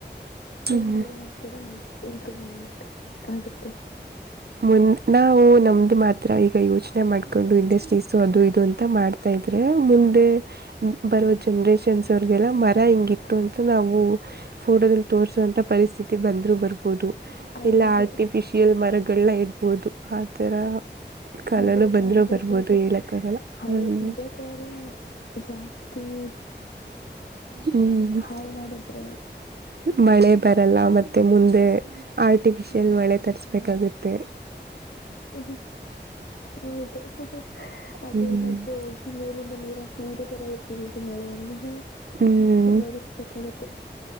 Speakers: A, on the right; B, on the left.
A: ಹ್ಮ್
B: ಎನ್ವಿರಾನ್ಮೆಂಟ್ ಕೂಡ ಎ ಇಂಪ್ರೂವ್ಮೆಂಟ್ ಆಗುತ್ತೆ.
A: ಮುಂದ್ ನಾವು ನಮ್ದು ಮಾತ್ರ ಈ ಯೋಚನೆ ಮಾಡ್ಕೊಂಡು ಇಂಡಸ್ಟ್ರೀಸ್ ಅದು ಇದು ಅಂತ ಮಾಡ್ತಾ ಇದೀವಿ. ಇದ್ರೆ ಮುಂದೆ ಬರೋ ಜನರೇಷನ್ಸ್ ಅವ್ರಗೆಲ್ಲ ಮರ ಹಿಂಗಿತ್ತು ಅಂತ ನಾವು. ಫೋಟೋದಲ್ಲಿ ತೋರಿಸುವಂತ ಪರಿಸ್ಥಿತಿ ಬಂದ್ರು ಬರ್ಬೋದು
B: ಹೌದು
A: ಎಲ್ಲಾ ಆರ್ಟಿಫಿಷಿಯ- ಲ್ ಮರ ಗಿಡಗಳನ್ನ ಇಡ್ಬೋದು ಆತರ. ಕಾಲನು
B: ಹಾಗೋ ಚಾನ್ಸಸ್
A: ಬಂದ್ರು ಬರ್ಬೋದು
B: ಇದೆ
A: ಹೇಳಕ್ಕಾಗಲ್ಲ
B: ಹೌದು
A: ಹ್ಮ್
B: ಇದೆ ತರ ಜಾಸ್ತಿ. <inaudible>
A: ಹ್ಮ್
B: ಹಾಳ್ ಮಾಡಿದ್ರೆ
A: ಮಳೆ ಬರಲ್ಲ ಮತ್ತೆ ಮುಂದೆ ಆರ್ಟಿಫಿಶಿಯಲ್ ಮಳೆ ತರ್ಸ್ಬೇಕಾಗುತ್ತೆ.
B: <inaudible> ಹೌದು ಅದೇಲ್ಲದೂ
A: ಹ್ಮ್
B: ಹೋಗಿ ಮೇಲಿಂದ ನೀರ ನೀರೆ ತರ ಇರ್ತಿದ್ದದು ಮಳೆಯ ಅನ್ನ
A: ಹ್ಮ್
B: ಅದು ತೋರಿಸ್ಬೇಕಾಗುತ್ತೆ.